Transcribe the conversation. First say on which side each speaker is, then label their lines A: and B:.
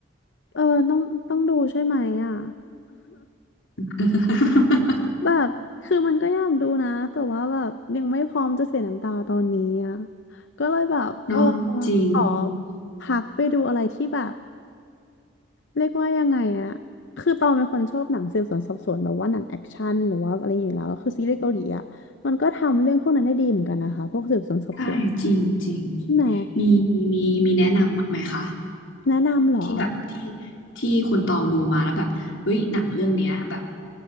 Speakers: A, on the left; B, on the left.
A: เออต้องต้องดูใช่ไหมอ่ะ
B: <laughs>
A: แบบคือมันก็อยากดูนะแต่ว่าแบบยังไม่พร้อมจะเสียน้ำตาตอนนี้อ่ะก็เลยแบบเออ
B: เนาะจริง
A: ขอพักไปดูอะไรที่แบบเรียกว่ายังไงอ่ะคือตองเป็นคนชอบหนังสืบสวนสอบสวนแบบว่าหนังแอคชั่นหรือว่าอะไรอย่างเงี้ยแล้วคือซีรีส์เกาหลีอ่ะมันก็ทำเรื่องพวกนั้นได้ดีเหมือนกันนะคะพวกสืบสวนสอบสวน
B: ใช่จริงจริง
A: ใช่ไหม
B: มีมีมีมีแนะนำไหมคะ
A: แนะนำเหรอ
B: ที่แบบที่ที่คุณตองดูมาแล้วแบบเฮ้ยหนังเรื่องเนี้ยแบบ